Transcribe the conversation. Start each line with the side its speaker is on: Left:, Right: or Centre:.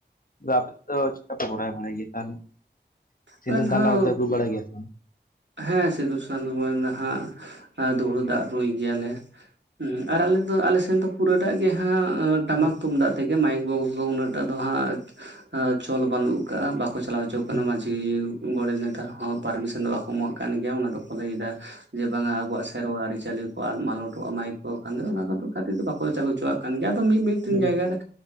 Left: ᱟᱯᱮ ᱫᱚ ᱪᱮᱠᱟ ᱯᱮ ᱠᱚᱨᱟᱣ ᱵᱟᱲᱟᱭ ᱜᱮᱭᱟ ᱛᱟᱦᱞᱮ ᱥᱤᱸᱫᱩᱨ
Right: ᱟᱞᱮ ᱫᱚ
Left: ᱫᱟᱱ
Right: ᱦᱟᱸᱜ
Left: ᱞᱟᱦᱟᱨᱮ ᱨᱩ ᱵᱟᱲᱟᱭ ᱜᱮᱭᱟ ᱯᱮ
Right: ᱦᱮᱸ ᱥᱤᱫᱩᱨ ᱥᱟᱸᱫ ᱱᱟᱦᱟᱜ ᱫᱩᱦᱩᱲᱩ ᱫᱟᱜ ᱨᱩᱭ ᱜᱮᱭᱟᱞᱮ ᱦᱩ ᱟᱨ ᱟᱞᱮ ᱟᱫᱚ ᱟᱞᱮᱥᱮᱱ ᱫᱚ ᱯᱩᱨᱟᱹᱴᱟᱜ ᱜᱮ ᱦᱟᱸᱜ
Left: ᱦᱮᱸ
Right: ᱴᱟᱢᱟᱠ ᱛᱩᱢᱫᱟᱜ ᱛᱮᱜᱮ ᱢᱟᱭᱤᱠ ᱵᱚᱠᱥ ᱫᱚ ᱩᱱᱟᱹ ᱜ ᱴᱟᱜ ᱫᱚ ᱦᱟᱸᱜ ᱪᱚᱞ ᱵᱟᱹᱱᱩᱜ ᱟᱠᱟᱫᱼᱟ ᱵᱟᱠᱚ ᱪᱟᱞᱟᱣ ᱦᱚᱪᱚᱣᱟᱜ ᱠᱟᱱᱟ
Left: ᱦᱮᱸ
Right: ᱜᱚᱰᱮᱛ ᱱᱮᱛᱟᱨ ᱦᱚᱸ ᱯᱟᱨᱢᱤᱥᱚᱱ ᱫᱚ ᱵᱟᱠᱚ ᱮᱢᱟᱜ ᱠᱟᱱ ᱜᱮᱭᱟ ᱚᱱᱟ ᱫᱚᱠᱚ ᱞᱟᱹᱭ ᱮᱫᱟ ᱡᱮ ᱵᱟᱝ ᱟᱵᱚᱣᱟᱜ ᱥᱮᱨᱣᱟ ᱟᱹᱨᱤᱪᱟᱹᱞᱤ ᱠᱚ ᱟᱫ ᱢᱟᱞᱚᱴᱚᱜᱼᱟ ᱢᱟᱭᱤᱠ ᱠᱚ ᱠᱷᱟᱱ ᱫᱚ ᱚᱱᱟ ᱠᱚ ᱠᱷᱟᱹᱛᱤᱨ ᱛᱮ ᱵᱟᱠᱚ ᱪᱟᱹᱞᱩ ᱪᱚᱣᱟᱜ ᱠᱚ ᱠᱟᱱ ᱜᱮᱭᱟ ᱫᱚ ᱢᱤᱫ ᱢᱤᱫ ᱴᱮᱱ
Left: ᱦᱮᱸ
Right: ᱡᱟᱭᱜᱟ ᱨᱮ